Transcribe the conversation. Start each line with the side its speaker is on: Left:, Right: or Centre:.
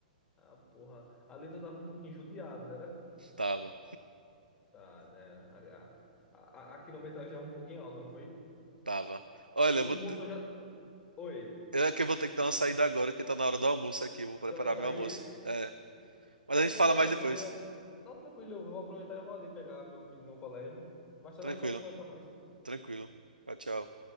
Left: Ah, porra. A letra tava um pouquinho judiada, não era?
Right: Tava,
Left: Tá, né, era. A, a, a, a quilometragem tava um pouquinho alta, não foi?
Right: tava. Olha,
Left: O,
Right: eu vou,
Left: o motor já. Oi,
Right: eu é que eu vou ter que dar uma saída agora, que tá na hora do almoço aqui. Eu vou preparar
Left: já vai sair,
Right: meu almoço.
Left: é?
Right: É, mas
Left: Ah,
Right: a gente
Left: então
Right: fala
Left: beleza,
Right: mais depois.
Left: eu vou ver ali. Não, tranquilo, eu vou aproveitar e vou ali pegar meu filho no colégio. Mais tarde
Right: Tranquilo,
Left: a gente pode conversar mais.
Right: tranquilo. Tchau, tchau.